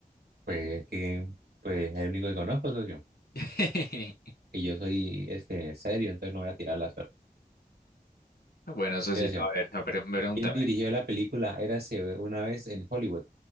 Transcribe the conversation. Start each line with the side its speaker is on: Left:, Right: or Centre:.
Right: Pues que, pues es el único que conozco, socio.
Left: <laughs>
Right: Y yo soy este serio, entonces no voy a tirar la suerte.
Left: Bueno, eso
Right: Yo
Left: sí,
Right: decía,
Left: a ver, me pre- me pregúntame.
Right: ¿quién dirigió la película Érase una vez en Hollywood?